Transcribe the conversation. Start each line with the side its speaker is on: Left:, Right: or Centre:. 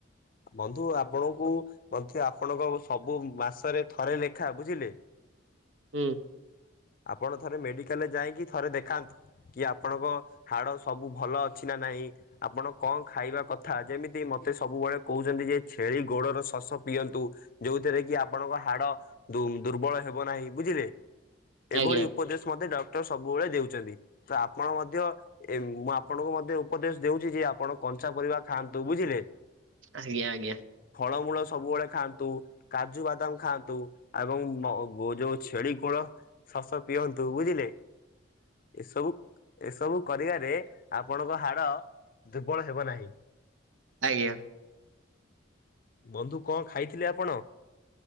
Left: ବନ୍ଧୁ ଆପଣଙ୍କୁ ମଧ୍ୟ ଆପଣଙ୍କ ସବୁ ମାସରେ ଥରେ ଲେଖା ବୁଝିଲେ ହ <inaudible>
Right: ହୁଁ।
Left: ଆପଣ ଥରେ ମେଡିକାଲରେ ଯାଇକି ଥରେ ଦେଖାନ୍ତୁ। କି ଆପଣଙ୍କ ହାଡ ସବୁ ଭଲ ଅଛି ନା ନାହିଁ ଆପଣ କଣ ଖାଇବା କଥା ଯେମିତି ମ ତେ ସବୁବେଳେ କହୁଛନ୍ତି ଯେ ଛେଳି ଗୋଡର ଶସ ପିଅନ୍ତୁ ଯୋଉଥିରେ କି ଆପଣଙ୍କ ହାଡ ଦୁର୍ବଳ ହେ ହେବ ନାହିଁ ବୁଝିଲେ ଏଭଳି
Right: ଆଜ୍ଞା
Left: ଉପଦେଶ ମତେ ଡ ଟର ସବୁବେଳେ ଦଉଛନ୍ତି ତ ଆପଣ ମଧ୍ୟ ମୁଁ ଆପଣଙ୍କୁ ମଧ୍ୟ ଉପଦେଶ ଦଉଛି ଯେ ଆପଣ କଞ୍ଚା ପରିବା ଖାଆନ୍ତୁ ବୁଝିଲେ?
Right: ଆଜ୍ଞା ଆଜ୍ଞା।
Left: ଫଳମୂଳ ସବୁବେଳେ ଖାଆନ୍ତୁ କାଜୁ ବାଦାମ ଖାଆନ୍ତୁ ଏବଂ ମ ଗୋ ଛି ଛେଳି ଗୋଡ଼ ଶାସ ପିଅନ୍ତୁ ବୁଝିଲେ ଏସବୁ ଏସବୁ କରିବାରେ ଆପଣଙ୍କ ହାଡ ଦୁର୍ବଳ ହେବ ନାହିଁ।
Right: ଆଜ୍ଞା।
Left: ବନ୍ଧୁ କଣ ଖାଇଥିଲେ ଆପଣ?